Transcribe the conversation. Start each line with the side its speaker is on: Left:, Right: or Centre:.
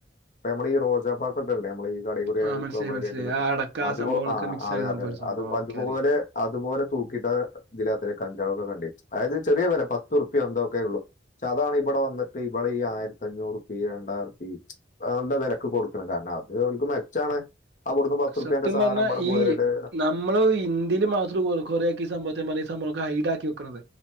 Left: അപ്പ നമ്മളെ ഈ റോജ പാക്കൊക്കെല്ലേ നമ്മളെയീ കടേക്കൂടൊക്കെ
Right: ആഹ് മനസ്സിലായി
Left: സൗഭാഗ്യമായിട്ട്
Right: മനസ്സിലായി
Left: കിട്ട
Right: ആ അടക്ക
Left: അതെ
Right: സംഭവങ്ങളൊക്കെ
Left: അപോ ആ
Right: മിക്സ്
Left: അതെ
Right: ആയ സംഭവം
Left: അതെ അതെ
Right: ഒരു സംഭവം
Left: അ
Right: ഓക്കെ
Left: അതുപോലെ
Right: അറിയാം
Left: അതുപോലെ തൂ ക്കിട്ട് ഇതാലെത്രെ കഞ്ചാവ് ഒക്കെ കണ്ടിട്ട അതായത് ചെറിയ വെല പത്തുറുപ്യ എന്തൊക്കെ ഉള്ളു ഇച്ച് അതാണ് ഇബെടെ വന്ന്ട്ട് ഇബെടെ ഈ ആയിര്ത്തഞ്ചുർ റുപ്പിം ഈ രണ്ടായിരിം റുപ്പിം അയോണ്ടാ വെലെക്ക് കൊട് ക്ക്ണ കാരണം അത് ഓൽക്ക് മെച്ചാണ് അവിടുന്ന് പത്ത് ഉറുപ്പ്യന്റെ
Right: സത്യം
Left: സാധനം
Right: പർണാ
Left: ഇവിടെ കൂടുതലായിട്ട്
Right: ഈ നമ്മെൾ ഇന്തിൽ മാത്രം കൊറെ കൊറെയൊക്കെ ഈ സംഭവത്തെ ഞാ പർഞ്ഞാ ഈ സംഭവൊക്കെ ഹൈഡാക്കി ക്കി വെക്ക്ണെത്